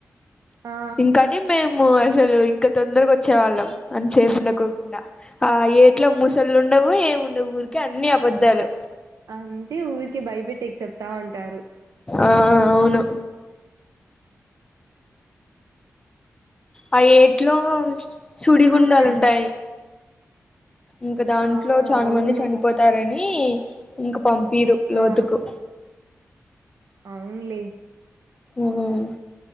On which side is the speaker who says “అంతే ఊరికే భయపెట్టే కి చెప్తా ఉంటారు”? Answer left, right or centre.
Right